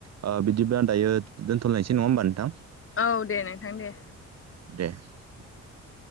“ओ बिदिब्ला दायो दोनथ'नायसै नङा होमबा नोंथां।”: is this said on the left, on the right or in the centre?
Right